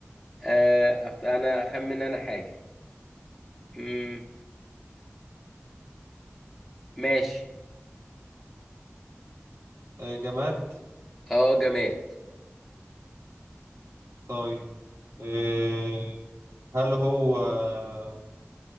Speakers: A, in the centre; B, on the right.
A: آه أخ- انا اخمن انا حاجه مم. ماشي
B: آه، جماد
A: اه جماد
B: طيب آه، هل هو آه،